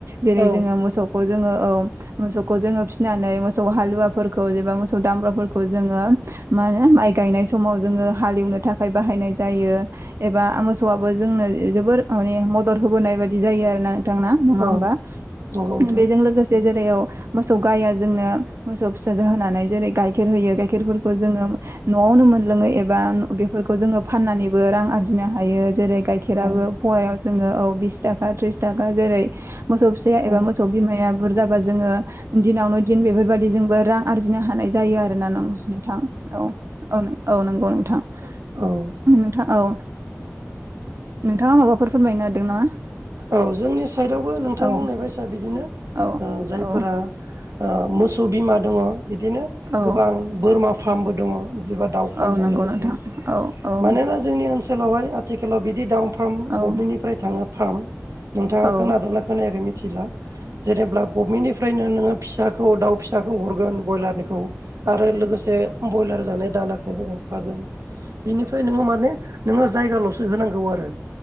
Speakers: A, on the right; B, on the right.
A: जेरै
B: औ
A: जोङो मोसौ खौ जोङो औ मोसौखौ जोङो फिसिनानै मोसौ हालुवाफोरखौ एबा मोसौ दामब्राफोरखौ जोङो मा होनो माइ गायनाय समाव जोङो हालेवनो थाखाय बाहायनाय जायो एबा मोसौआबो जोंनो जोबोर माने मदद होबोनाय बायदि जायो आरोना थांना नङा होमबा
B: औ नंगौ नोंथां
A: बेजों लोगोसे जेरयाव मोसौ गाया जोंनो मोसौ फिसा जाहोनानै जेरै गाइखेर होयो गाइखेरफोरखौ जोङो न'आवनो मोनलोङो एबा बेफोरखौ जोङो फाननानैबो रां आरजिनो हायो जेरै गाइेराबो
B: औ
A: फव जोङो औ बिस थाखा थिस थाखा जेरै मोसौ फि एबा
B: औ
A: मो सौ बिमाया बुरजाबा जोङो दिनावनो दिन बेफोरबाददिजोंबो रां आरजिनो हानाय जायो आरो ना नङो नोंथां औ औ औ नंगौ नोंथां
B: औ
A: उ नोंथां औ नोंथाङा माबाफोर फोरमायनो नागिरदों नामा?
B: औ जोंनि साइदआवबो नोंथां
A: औ
B: बुंनाय बायसा बिदिनो
A: औ
B: ओ जायफोरा
A: औ
B: ओ मोसौ बिमा दङ बिदिनो
A: औ
B: गोबां बोरमा फार्मबो दङ एबा दाउ फार्मजों
A: औ नंगौ
B: लोगोसे
A: नोंथां औ औ
B: मानोना जोंनि ओनसोलावहाय आथिखालाव बिदि दाउ फार्म
A: औ
B: गभमेन्टनिफ्राय थाङो फार्म नोंथाङा
A: औ
B: खोनादोंना खोनायाखै मिथिला जेनेब्ला गभमेन्टनिफ्रायनो नोङो फिसाखौ दउ फिसा फिसाखौ हरगोन ब्रयलारनिखौ आरो लोगोसे बयलार जानाय दानाखौबो हरफागोन बिनिफ्राय नोङो माने नोङो जायगाल'सो होनांगौ आरो